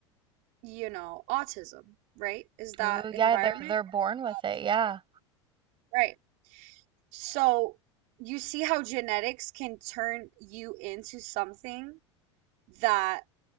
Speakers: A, on the right; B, on the right.
A: you know, autism, right? Is that
B: Ooh,
A: environment
B: yeah, they're they're
A: or
B: born with
A: not
B: it.
A: genetic?
B: Yeah.
A: Right. So you see how genetics can turn you into something that,